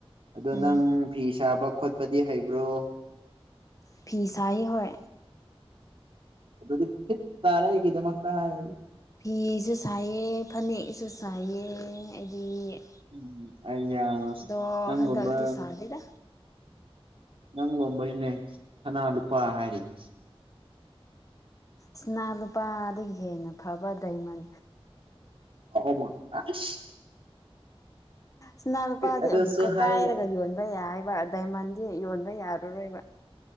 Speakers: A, on the right; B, on the left.
A: ꯑꯗꯣ
B: ꯎꯝ
A: ꯅꯪ ꯐꯤ ꯁꯥꯕ ꯈꯣꯠꯄꯗꯤ ꯍꯩꯕ꯭ꯔꯣ
B: ꯐꯤ ꯁꯥꯌꯦ ꯍꯣꯏ
A: ꯑꯗꯨꯗꯤ ꯐꯤꯠ ꯇꯥꯔꯦ ꯑꯩꯒꯤꯗꯃꯛꯇ ꯍꯥꯏꯔꯗꯤ
B: ꯐꯤꯁꯨ ꯁꯥꯏꯑꯦ ꯐꯅꯦꯛꯁꯨ ꯁꯥꯏꯌꯦ ꯑꯩꯗꯤ
A: ꯎꯝ ꯑꯩꯌꯥ
B: ꯗꯣ
A: ꯅꯪꯒꯨꯝꯕ
B: ꯍꯟꯗꯛꯇꯤ ꯁꯥꯗꯦꯗ
A: ꯅꯪꯒꯨꯝꯕꯅꯤꯅꯦ ꯁꯅꯥ ꯂꯨꯄꯥ ꯍꯥꯏꯔꯤꯁꯦ
B: ꯁ꯭ꯅꯥ ꯂꯨꯄꯥꯗꯒꯤ ꯍꯦꯟꯅ ꯐꯕ ꯗꯥꯏꯃꯟ
A: ꯑꯧ ꯃꯥ ꯑꯁ
B: ꯁꯅꯥ ꯂꯨꯄꯥꯗꯤ
A: ꯑꯗꯨꯁꯨ
B: ꯑꯃꯨꯛꯀ
A: ꯍꯥꯏ
B: ꯀꯥꯏꯔꯒ ꯌꯣꯟꯕ ꯌꯥꯏꯕ ꯑꯗ ꯗꯥꯏꯃꯟꯗꯤ ꯌꯣꯟꯕ ꯌꯥꯥꯔꯔꯣꯏꯕ